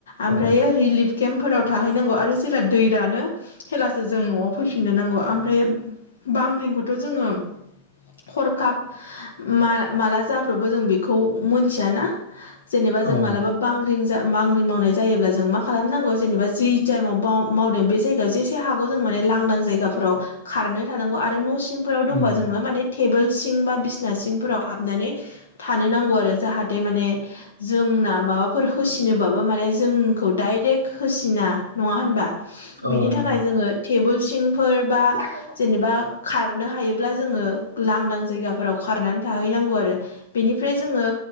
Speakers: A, on the left; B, on the left.
A: ओमफ्रायो
B: अ
A: रिलिफ केम्पफोराव थाहैनांगौ आरो जेला दै रानो हेलासो जों न'आव फैफिननो नांगौ ओम फ्राय बांग्रिंखौथ' जोङो हरखाब मा -माला जाब्रबो जों बेखौ मोनथियाना? जेनेबा
B: अ
A: जों मालाबा बांग्रिं जा बांग्रिं मावनाय जायोब्ला जों मा खालामनांगौ जेनेबा जि टाइमाव बाव मावदों बे जायगायाव जेसे हागौ जों माने लांदां जायगाफोराव खारनो थानांगौ आरो न' सिंफोराव दंबा
B: उम
A: जोङो माने टेबोल सिं बा बिसना सिंफोराव हाबनानै थानो नांगौ आरो जाहाथे माने जोंना माबाफोर होसिनोबाबो माने जोंखौ डाइरेक्ट होसिना नङा होनबा
B: अ
A: बिनि
B: नंगौ
A: थाखाय जोङो टेबोल सिंफोर बा
B: अ अ
A: जेनेबा खारनो हायोब्ला जोङो लांदां जायगाफोराव खारनानै थाहैनांगौ आरो बेनिफ्राय जोङो